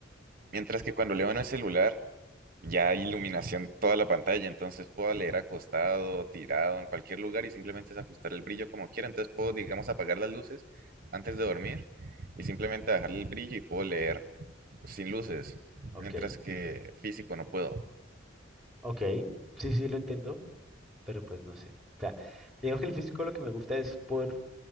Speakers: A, on the right; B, in the centre.
A: Mientras que cuando leo en el celular, ya hay iluminación toda la pantalla, entonces puedo leer acostado, tirado, en cualquier lugar y simplemente es ajustar el brillo como quiera. Entonces puedo, digamos, apagar las luces antes de dormir y
B: Ujú,
A: simplemente bajar el brillo y puedo leer sin
B: sí,
A: luces,
B: Ok,
A: mientras que físico no puedo.
B: ok, sí, sí, lo entiendo, pero pues no sé. O sea, digamos que el físico lo que me gusta es por,